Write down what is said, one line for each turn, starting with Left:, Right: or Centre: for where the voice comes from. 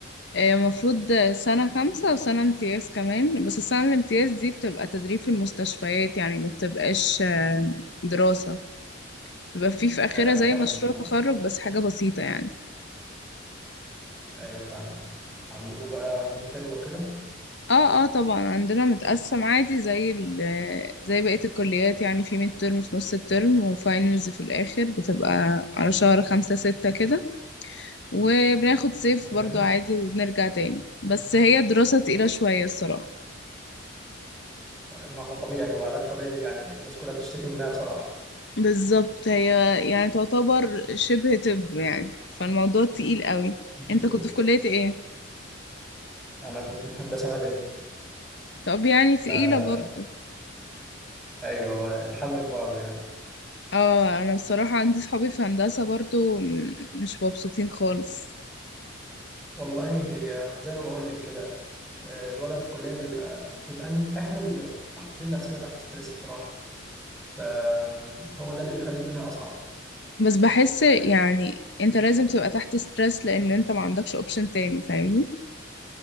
Left: آه، المفروض سنة خمسة وسنة امتياز كمان بس السنة الامتياز دي بتبقى تدريب في المستشفيات يعني ما بتبقاش آه، دراسة بيبقى فيه في آخرها
Centre: أيوه أنا
Left: زي
Centre: فاهم
Left: مشروع تخرج بس حاجة بسيطة يعني
Centre: أيوه فاهم عندكم بقى ميد ترم وكده
Left: اه اه طبعا عندنا متقسم عادي زي ال زي بقية الكليات يعني في ميد ترم في نص الترم وفاينلز في الآخر بتبقى على شهر خمسة ستة كده وبناخد صيف
Centre: تمام
Left: برضو عادي وبنرجع تاني بس هي دراسة تقيلة شوية الصراحة
Centre: ما هو طبيعي هو علاج طبيعي يعني الناس كلها بتشتكي منها بصراحة
Left: بالظبط هي يعني تعتبر شبه طب يعني فالموضوع تقيل قوي
Centre: دكتور.
Left: انت كنت في كلية ايه؟
Centre: أنا كنت في هندسة مدني
Left: طب يعني تقيلة
Centre: فا
Left: برضو
Centre: أيوه هو الحل من بعضه يعني
Left: اه انا بصراحة عندي صحابي في هندسة برضو م- مش مبسوطين خالص
Centre: والله هي زي ما بقول لك كده آه، الوضع في الكلية بيبقى بيبقى أنت- إحنا اللي بنبقى حاطين نفسنا تحت ستريس بصراحة فهو ده اللي بيخلي الدنيا أصعب
Left: بس بحس يعني
Centre: يعني
Left: انت لازم تبقى تحت ستريس لان انت ما عندكش اوبشن تاني فاهمني